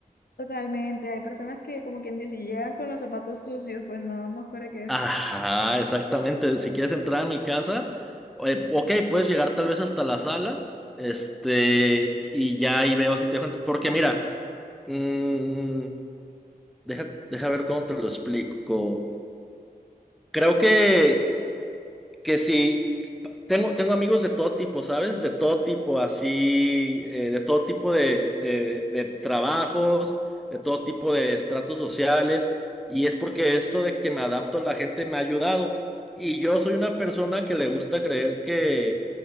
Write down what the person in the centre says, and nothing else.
Ajá, exactamente. Si quieres entrar a mi casa, eh, ok, puedes llegar tal vez hasta la sala, este, y ya ahí veo si te dejo entrar. Porque mira, mm, deja, deja ver cómo te lo explico. Creo que que si tengo, tengo amigos de todo tipo, ¿sabes? De todo tipo, así, eh, de todo tipo de, de- de trabajos, de todo tipo de estratos sociales, y es porque esto de que me adapto a la gente me ha ayudado. Y yo soy una persona que le gusta creer que,